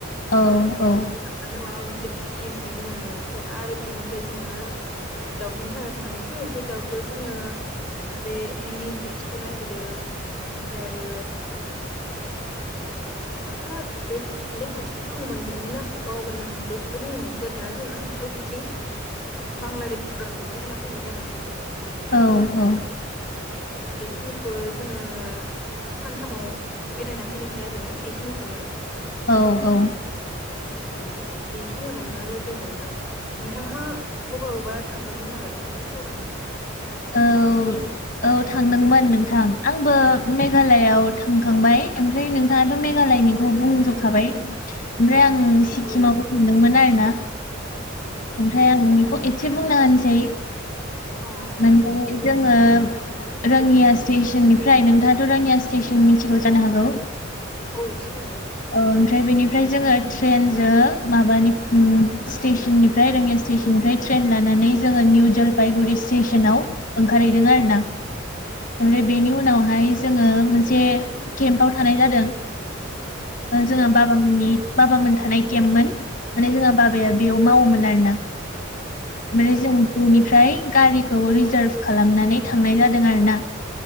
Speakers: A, on the left; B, in the centre.
A: औ औ
B: थांबानो माबा मोनसे पिस बिदि मोनो ओमफ्राय आरो बेनिफ्राय जोङो दावकिनि थाखाय थांनायसै ओमफ्राय दावकियाव जोङो बे हेंगिं ब्रिजखौ नायहैदो ओमफ्राय आरो उम उम मायबा लेग लेग मोनसे दङोमोन बेनि नामखौ बावबाय आङो बेखौबो नायहैनायसै आरोना जोङो ओमफ्राय बि थिं बांलादेश बरडारखौबो नायना फैनाय जानायसै।
A: औ औ
B: बेखिनिखौ जोङो सानथामाव बेरायना फायनायसै आरोना बेखिनिखौनो
A: औ औ
B: उम बेखिनिमोननो दे नोंथां नोंथांहा अबावबा थांदोंमोन नामा बिदिनो दावबायनो
A: औ औ थांदोंमोन नोंथां आंबो मेघालयाव थांखांबाय ओमफ्राय नोंथांङाथ' मेघालयनिखौ बुंजोबखाबाय ओमफ्राय आं सिक्किमावबो
B: औ
A: थांदोंमोन आरोना
B: औ
A: ओमफ्राय आं बेखौ एसे बुंना होनसै
B: औ औ जायो
A: माने जोंङो रोङिया स्टेसननिफ्राय नोंथांङाथ' रोङिया स्टेसन मिथिगौ जानो हागौ
B: औ सिनायोमोन
A: ओमफ्राय बेनिफ्राय जोङो ट्रेन जो माबानि स्टेसननिफ्राय रङिया स्टेसननिफ्राय ट्रेन लानानै जोंङो निउ जलफायगुरि सेसनाव ओंखारहैदों आरोना ओमफ्राय बेनि उनावहाय जोंङो मोनसे केम्पाव थानाय जादों
B: अ
A: जोंहा बाबामनि बाबामोन थानाय केम्पमोन माने जोंहा बाबाया बेयाव मावोमोन आरोना
B: आतसा
A: ओमफ्राय जों बेनिफ्राय गारिखौ रिजार्भ खालामनानै थांनाय जादों आरोना